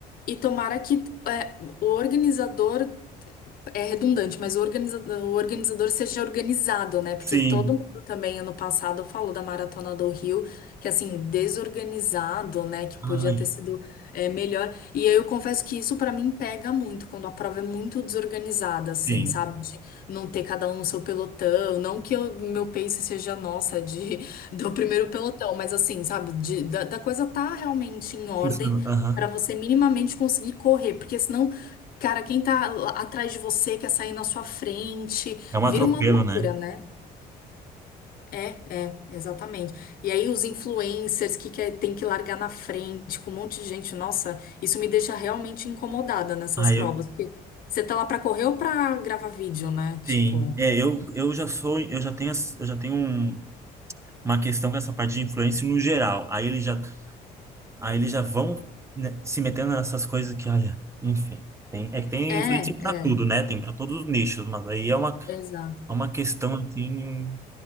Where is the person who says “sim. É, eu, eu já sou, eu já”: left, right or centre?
Right